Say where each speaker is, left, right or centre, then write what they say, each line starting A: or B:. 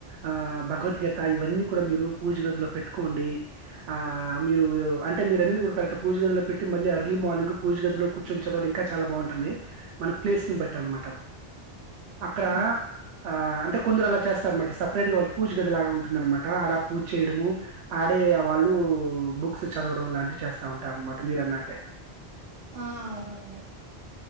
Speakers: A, on the right; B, on the right.
A: ఆ భగవద్గీత ఇవన్నీ కూడా మీరు పూజ గదిలో పెట్టుకోండి ఆ ఆ మీరు అంటే మీరు అన్నింది కూడా కరెక్ట్ పూజ గదిలో పెట్టి మళ్ళీ అర్లీ మార్నింగ్ పూజ గదిలో కూర్చొని చదవడం ఇంకా చాల బాగ బాగుంటుంది మన ప్లేస్ ను బట్టి అనమాట అక్కడ
B: ఆ
A: ఆ అంటే కొందరు అలా చేస్తారన్నమాట సపరేట్ గా వాళ్ళు పూజ గదిలాగా ఉంటుందనమాట ఆడ పూజ చేయడము ఆడే వాళ్ళు ఉ బుక్స్ చదవడం లాంటివి చేస్తా ఉంటారు అనమాట మీరన్నట్టే
B: ఆ అదే అదే